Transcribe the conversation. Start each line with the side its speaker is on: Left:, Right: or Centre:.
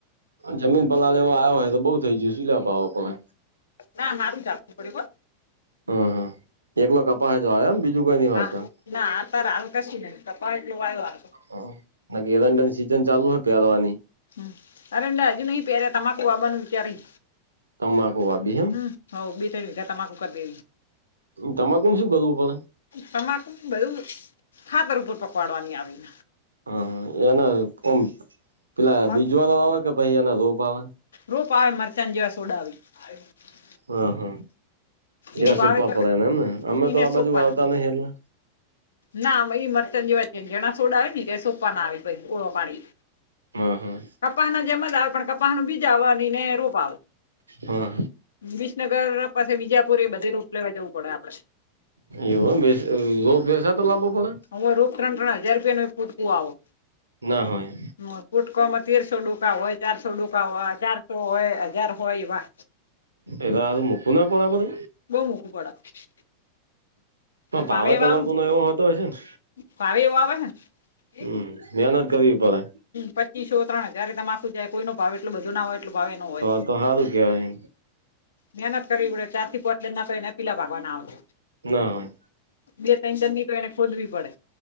Right: જમીન પલાડે એવો આવ્યો હોય તો બઉુ થઈ ગયું સીલા પવો પડે
Left: ના હારું જાપતુ પડ્યું હો
Right: હમ્મ હ એકલો કપાસ જ વાયો એમ બીજું કોઈ નઈ વાવતા
Left: હા ના અતારા હાલ કશી નહી કપાય એટલું વાયવા
Right: હ ના કે એરંડાન સીઝન ચાલુ હોય પહેરવાની
Left: હમ્મ અરેડા હજુ નહી પહેર્યા તમાકું આવાનું વિચારી
Right: તમાકુ વાવી એમ
Left: હું હોવ બે ત વિઘા તમાકુ કરી દે
Right: તમાકુને શું કરવું પડે
Left: તમાકુ બધુ ખાતર ઉપર પકડવાની આવી
Right: હ એના ઓમ પેલા
Left: મગ
Right: બીજવાળો આવે કે પહિ એના રોપ આવે
Left: રોપ આવે મરચાન જેવા સોડા આવે <inaudible>
Right: હ હ
Left: એનું
Right: હ સુપા
Left: વાવેતર
Right: પડે એને એમને
Left: હમ,
Right: અમે
Left: એને
Right: તો આ બાજુ
Left: સોંપવાના
Right: વાવતા નહિ એટલે
Left: ના મ ઈ મરચાન જેવા જ હોય ઝીણાં સોડા ને તે સોંપવા ના આવે ઓળો પાડી
Right: હ હ
Left: કપાના જેમજ આવે પણ કપાહનું બીજ આવે અનેને રોપ આવે
Right: હા
Left: બીસને પાસે વિજાપુરે એ બધે રોપ લેવા જવું પડે આપડે
Right: એવુ એમ બે અ રોપ વેસાતો લાવો પડે
Left: હ રોપ ત્રણ ત્રણ હજાર રૂપિયાનું એક ફૂટકૂ આવો
Right: ના હોય
Left: હ ફુટકોમાં તેરસો ડૂકા હોય ચારસો ડૂકા હોય ચારસો હોય હાજાર હોય એવા
Right: એદા આ મુકૂ ના પડે આપડે
Left: બો મોંઘુ પડહ પણ
Right: ભાવે
Left: પાવે એવા
Right: તમાકુ
Left: આવે
Right: નો એવો હોતો હશે ને
Left: ભાવે એવો આવે હે
Right: હમ મહેનત કરવી પડે
Left: પચ પચીસો ત્રણ હજાર તમાખું જાય કોઈનો ભાવ એટલું બધું ના હોય એટલુ ભાવ એનો હોય
Right: તો તો સારું કેવાય
Left: મહેનત કરવી પડે ચારથી પોંચ જણના તો એને પીલા લાવાના આવે
Right: ના હોય
Left: બે તઈણ દનની તો એને ખોદવી પડે.